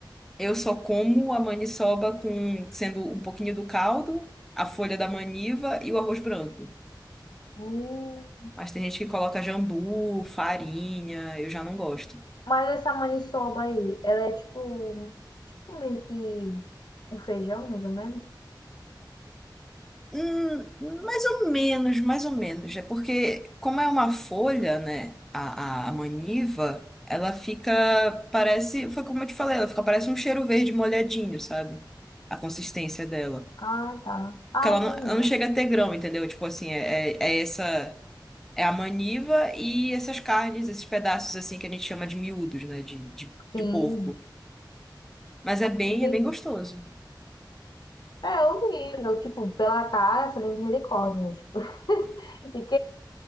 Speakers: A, in the centre; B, on the left.
A: eu só como a maniçoba com sendo um pouquinho do caldo, a folha da maniva e o arroz branco.
B: Hum.
A: Mas tem gente que coloca jambu, farinha, eu já não gosto.
B: Mas essa maniçoba aí, ela é tipo, tipo meio que um feijão, mais ou menos?
A: Hum, mais ou menos, mais ou menos. É porque, como é uma folha, né? A, a, a maniva, ela fica, parece, foi como eu te falei, ela fica, parece um cheiro verde molhadinho, sabe? A consistência dela.
B: Ah, tá. Ah,
A: Porque ela não,
B: entendi.
A: ela não chega a ter grão, entendeu? Tipo assim, é, é é essa, é a maniva e essas carnes, esses pedaços assim que a gente chama de miúdos, né? De, de,
B: Sim,
A: de porco. Mas é bem,
B: entendi.
A: é bem gostoso.
B: É é horrível, tipo, pela cara, eu falei misericórdia, né, tipo. <laughs> E